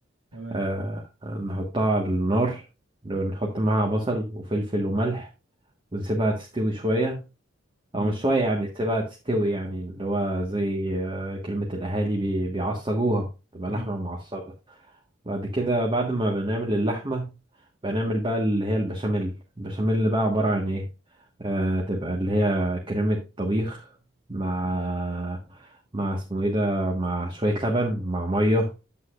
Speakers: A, on the right; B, on the right.
A: تمام
B: آه نحطها على النار ونحط معاها بصل وفلفل وملح ونسيبها تستوي شوية
A: امم
B: أو مش شوية يعني تسيبها تستوي يعني اللي هو زي آه كلمة الأهالي بي- بيعصجوها تبقى
A: امم
B: لحمة معصجة بعد كده بعد ما بنعمل اللحمة بنعمل بقى اللي هي البشاميل البشاميل اللي بقى عبارة عن ايه آه تبقى اللي هي كريمة طبيخ مع مع اسمه ايه ده مع شوية لبن مع مية